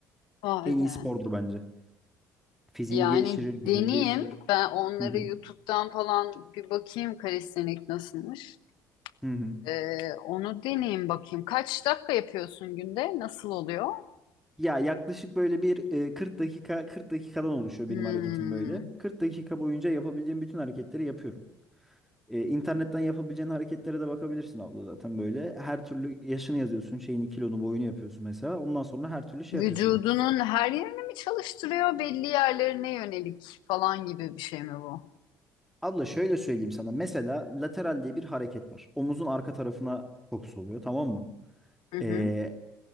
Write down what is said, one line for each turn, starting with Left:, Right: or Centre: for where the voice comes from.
Left: Vay
Centre: En
Left: be.
Centre: iyi spordur bence. Fiziğini
Left: Yani
Centre: geliştirir, vücudunu
Left: deneyeyim.
Centre: geliştirir.
Left: Ben onları
Centre: Hı hı.
Left: YouTube'dan falan bir bakayım kalistenik nasılmış.
Centre: Hı hı.
Left: Ee, onu deneyeyim bakayım. Kaç dakika yapıyorsun günde? Nasıl oluyor?
Centre: Ya yaklaşık böyle bir e, 40 dakika 40 dakikadan oluşuyor
Left: Hmm.
Centre: benim hareketim böyle. 40 dakika boyunca yapabileceğim bütün hareketleri yapıyorum. E, internetten yapabileceğin hareketlere de bakabilirsin abla zaten böyle. Her türlü yaşını yazıyorsun, şeyini, kilonu, boyunu yapıyorsun mesela. Ondan sonra her türlü şey
Left: Vücudunun
Centre: yapıyorsun.
Left: her yerini mi çalıştırıyor? Belli yerlerine yönelik falan gibi bir şey mi bu?
Centre: Abla şöyle söyleyeyim sana. Mesela lateral diye bir hareket var. Omuzun arka tarafına fokus oluyor tamam mı?
Left: Hı hı.
Centre: Ee,